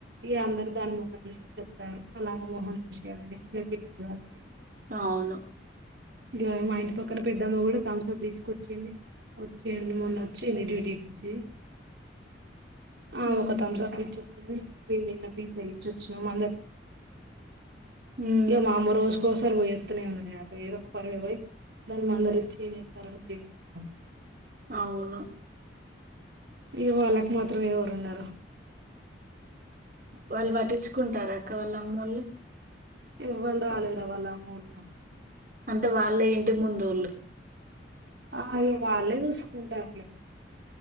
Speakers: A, on the right; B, on the right.
A: ఇ అందరు దాని ముఖం చూసి చెప్తారు అలా ఆమె మోహమ్ చూసి <unintelligible> పలని
B: కవును
A: ఇ మా ఇంటి పక్కన పెద్దమ్మ కూడా థమ్సప్ తీసుకొచ్చింది వచ్చేయండి మొన్న వచ్చింది డ్యూ హెచ్ ఆ
B: ఉమ్,
A: ఒక థమ్సాప్ ఇచ్చొచ్చింది మేము నిన్న పిజ్జా ఇచ్చొచ్చినాము అందరి
B: ఉమ్,
A: ఇక మా అమ్మ రోజుకోసారి పోయిస్తనె ఉన్నాయి అందులే ఏదో పర్వపోయి దాన్ని మందరిచ్చ చెత్తారని చెప్తున్నాడి
B: అవును
A: ఇక వాళ్ళకి మాత్రం ఎవరున్నారు
B: వాళ్ళు పట్టించుకుంటార అక్క వాళ్ళ అమ్మోళ్ళు
A: ఇవ్వల్ రాలేదరా వాళ్ళమ్మెలు
B: అంటే వాళ్ళ ఇంటి ముందులోళ్ళు
A: అ అయో వాళ్ళే చూసుకుంటారులే